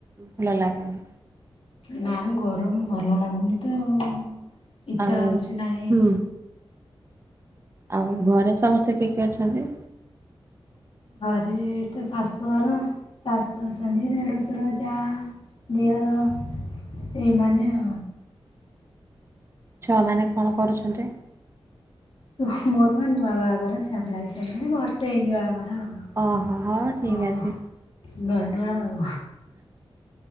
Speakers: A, on the right; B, on the left.
A: ଭଲ ଲାଗେନି
B: ନା ଗରମ ଭଲ ଲାଗୁନି ତ ଆଉ ଇଚ୍ଛା
A: ଆଉ
B: ହଉଛି ନାହିଁ।
A: ହୁଁ ଆଉ ଘରେ ସମସ୍ତେ କିଏ କିଏ ଅଛନ୍ତି?
B: ଘରେ ତ ଶାଶହର ଶାଶୁ ଅଛନ୍ତି ଦେଢଶର ଯା ଦିଅର ଏଇମାନେ ଆ
A: ଛୁଆମାନେ କଣ କରୁଛନ୍ତି?
B: ୁ ମୋର ବା ନୂଆ ବାହାଘର ଛୁଆ ପିଲା କିଛି ହେଇନି ବର୍ଷେ ହେଇନି ବାହାଘର ଆଉ।
A: ଓହୋ ହଉ ଠିକ
B: ଆଉ
A: ଅଛି।
B: ନୂଆ ନୂଆ ଆଉ